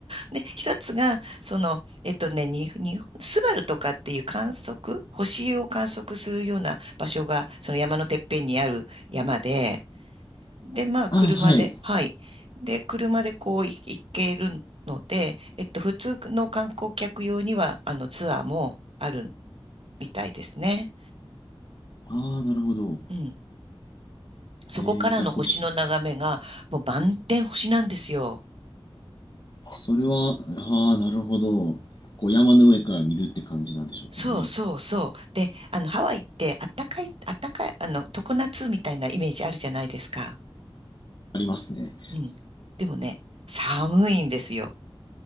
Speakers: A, on the right; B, on the left.
A: で、一つが、その、えっとね、に、にスバルとかっていう観測、星を観測するような場所が、その山のてっぺんにある山で、で、まあ、車で、
B: あ、はい。
A: はい。で、車でこうい行けるので、えっと、普通の観光客用には、あの、ツアーもあるみたいですね。
B: ああ、なるほど。
A: うん。そこからの星の眺めが、
B: えー、じゃあ、こうし、
A: もう満天星なんですよ。
B: それは、ああ、なるほど。こう、山の上から見るって感じなんでしょうかね。
A: そうそうそう。で、あの、ハワイってあったかい、あったかい、あの、常夏みたいなイメージあるじゃないですか。
B: ありますね。
A: うん。でもね、寒いんですよ。